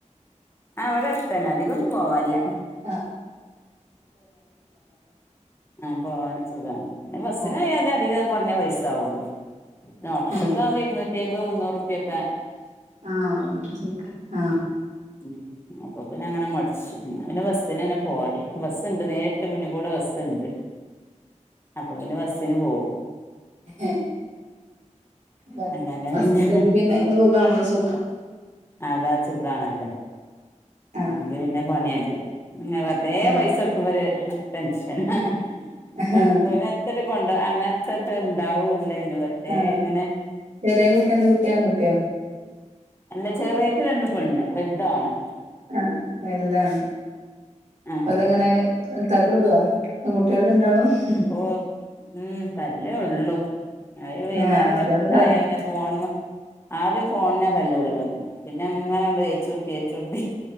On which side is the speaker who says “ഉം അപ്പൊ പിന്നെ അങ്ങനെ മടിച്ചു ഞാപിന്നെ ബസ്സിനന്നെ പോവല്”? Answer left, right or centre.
Left